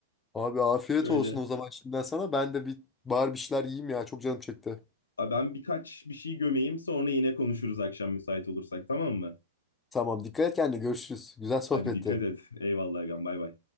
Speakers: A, on the left; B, on the left.
A: Abi afiyet
B: Şöyle
A: olsun o zaman şimdiden sana. Ben de bir bari bir şeyler yiyeyim ya. Çok canım çekti.
B: a, ben birkaç bir şey gömeyim sonra yine konuşuruz akşam müsait olursak tamam mı?
A: Tamam dikkat et kendine görüşürüz. Güzel sohbetti.
B: Hadi dikkat et. Eyvallah agam bay bay.